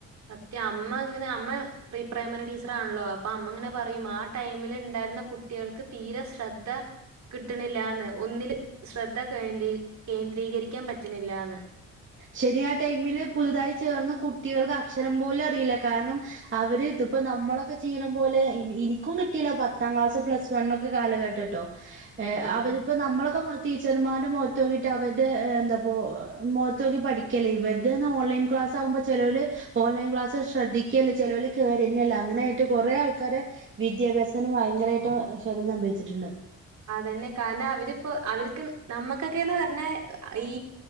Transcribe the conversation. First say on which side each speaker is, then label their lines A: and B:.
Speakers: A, on the right; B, on the right.
A: സത്യം അമ്മങ്ങനെ അമ്മ പ്രീ പ്രൈമറി ടീച്ചറാണല്ലോ അപ്പ അമ്മങ്ങനെ പറയും ആടൈമില്ണ്ടായിര്ന്ന കുട്ട് ട്ടികൾക്ക് തീരെ ശ്രദ്ധ കിട്ടണ്ല്ലാന്ന് ഒന്നില് ശ്രദ്ധ കേന്ദീ കേന്ദ്രീകരിക്കാൻ പറ്റണ്ല്ലാന്ന്
B: ശെരിയാ ആടൈമില് പുതുതായി ചേർന്ന കുട്ടികൾക്ക് അക്ഷരം പോലും അറിയില്ല കാരണം അവര് ഇതിപ്പോ നമ്മളൊക്കെ ചെയ്യ്ണ പോലെ ഇ ഇനിക്കും കിട്ടിയില്ല പത്താക്ലാസ് പ്ലസ്വണ്ണൊക്കെ കാലഘട്ടെട്ടോ ഏഹ്
A: ആഹ്.
B: അവര്പ്പം നമ്മളൊക്കെ മൊ ടീച്ചർമാര്ടെ മോത്തോക്കിട്ട് അവര്ടെ എന്താപ്പൊ മോ ത്ത് നോക്കി പഠിക്ക്യല്ലേ ഇവർടേന്ന് ഓൺലൈൻ ക്ലാസാവുമ്പോ ചെലോര് ഓൺലൈൻ ക്ലാസ്സ്‌ ശ്രദ്ധി ക്ക്ല്ല് ചെലോല് കേറ്ന്നെല്ല അങ്ങനെയായിട്ട് കൊറെ ആൾക്കാര് വിദ്യാഭ്യാസത്തിന് ഭയങ്കരമായിട്ടും ക്ഷതം സംഭവിച്ചിട്ടുണ്ട്
A: അതന്നെ കാരണം അവരിപ്പൊ അവർക്ക് നമ്മുക്കൊക്കെന്ന് പറഞ്ഞാ ഈ